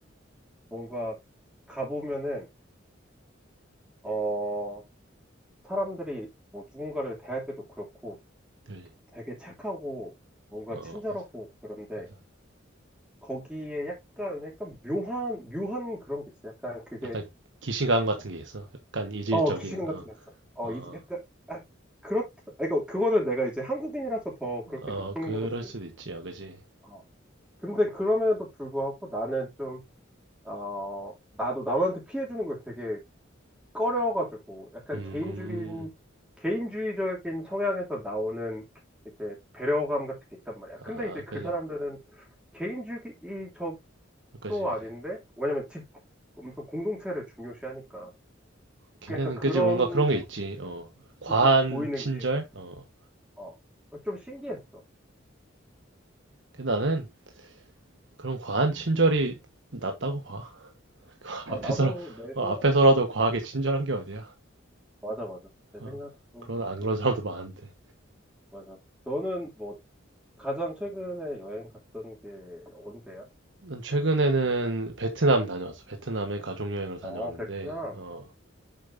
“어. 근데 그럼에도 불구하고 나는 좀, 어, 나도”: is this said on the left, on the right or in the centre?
Centre